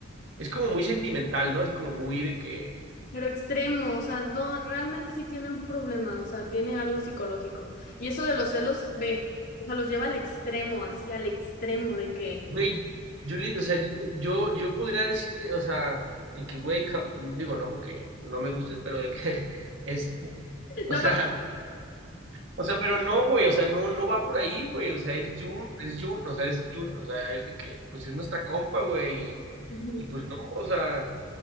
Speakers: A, on the right; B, on the left.
A: es como muy sentimental, ¿no? Así como muy de que,
B: Pero extremo, o sea, no, realmente sí tiene un problema, o sea, tiene algo psicológico. Y eso de los celos, ve, o sea, los lleva al extremo, así al extremo de que...
A: güey, yo, o sea, yo, yo podría decirle, o sea, de que, güey, ja- digo, no porque no me gustes, pero de que <laughs> es, o
B: No,
A: sea,
B: porque...
A: o sea, pero no, güey, o sea, no, no va por ahí, güey, o sea, es Jun, es Jun, o sea, es Jun, o sea, es de que, pues es nuestra compa, güey,
B: Ujú.
A: y, y pues no, o sea.